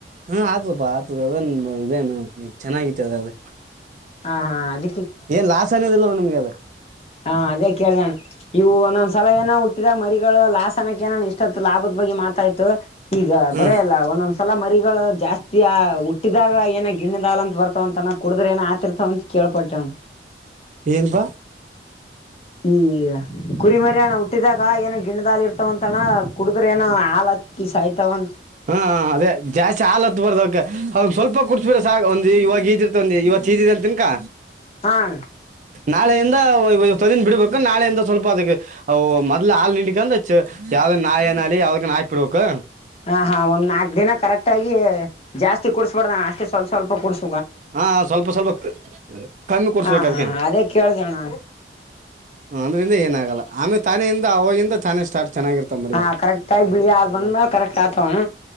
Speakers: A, on the right; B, on the left.
A: ಹಾ ಆತಪಾ ಆತ ಅದ ಇದೇನು ಚೆನ್ನಾಗಿತಿ ಅದ ಅದ
B: ಹಾ ಹಾ ಅದ
A: ಏನ್ ಲಾಸ್ ಅನೋದಿಲ್ಲವ ನಿಮಗೆ ಅದು
B: ಹಾ ಅದೇ ಕೇಳ್ದಣ್ಣ ಇವು ಒಂದೊಂದ್ಸಲ ಏನ ಹುಟ್ಟಿದಾಗ ಮರಿಗಳ ಲಾಸನಕ್ಕೆ ಏನ ಇಷ್ಟತ್ತು ಲಾಭದ್ದ ಬಗ್ಗೆ ಮಾತಾಯ್ತು ಈಗ
A: ಹ್ಮ್
B: ಬರೆಯಲ್ಲ ಒಂದೊಂದ್ ಸಲ ಮರಿಗಳು ಜಾಸ್ತಿ ಹುಟ್ಟಿದಾಗ ಏನ ಗಿಣ್ಣದಾಲ ಅಂತ ಬರ್ತವ ಅಂತಣ್ಣ ಕುಡಿದ್ರ ಏನ ಆತಿರ್ತವ ಅಂತ ಕೇಳ್ಪಡ್ಟ್ಟೇವ ಹ
A: ತನು ಬ
B: ಈ ಕುರಿ ಮರಿಯಾಣ ಹುಟ್ಟಿದಾಗ ಏನ ಗಿಣದಾಲ ಇರ್ತವಂತಣ ಕುಡಿದ್ರ ಏನೋ ಹಾ ಹತ್ತಿ ಸಾಯ್ತವೊಂಡ
A: ಹಾ ಅದೇ ಜಾಸ್ತಿ ಹಲ್ ಹತ್ ಬರ್ದವಕ ಅವ್ ಸ್ವಲ್ಪ ಕುಡಿಸ್ ಬಿಿಾ ಸಾಾಗ ಒಂದು ಇವಾಗ ಇದ ಇರ್ತ ಒಂದು ಇವಾಗ ಚೀ ಇದಿದೆ ಅಂತನ್ಕಾ
B: ಹಾ ಅಣ್ಣ
A: ನಾಳೆೆಯಿಂದ ದ ಬಿಡ್ಬೇಕ ನಾಳೆಯಿಂದ ಸ್ವಲ್ಪ ಅದಕ್ಕೆ ಮೊದಲ ಹಾಲ್ ಯಾವ್ದ ನಾಯೆ ನಳಿ ಯಾವ ಆಯ್ುಿಡ್ಬೇಕ
B: ಹ ಹಾ ಒ್ ನಾಲ್ಕ್ ದಿನ ಕರೆಕ್ಟ್ ಆಗ ಜಾಸ್ತಿ ಕುಡಸ್ಬಡ್ದಾನು ಅಷ್ಟೇ ಸ್ವಲ್ಪ ಸ್ವಲ್ಪ ಕುಡ್ಸ
A: ಹಾ ಸ್ವಲ್ಪ ಸ್ವಲ್ಪ ಕಮ್ಮಿ ಕೊೂಡ್ಸ್ಬೇಕ
B: ಹಾ ಹಾ
A: ಅದ್ಕೇನ್
B: ಅದೇ ಕೇಳ್ದಣ್ಣ
A: ಅಂದ್ರಿಂದ ಏನಾಗಲ್ಲ ಆಮೇ ತಾನೆಯಿಂದ ಅವೋಗಿಂದ ತಾನೆ ಸ್ಟಾರ್ಟ್ ಚೆನ್ನಾಗಿರ್ತ ಮರಿವ
B: ಹಾ ಕರೆಕ್ಟ್ ಆಗಿ ಬಿಳಿ ಹಾಲ್ ಬಂದ್ಮೇಲೆ ಕರೆಕ್ಟ್ ಆತವಣ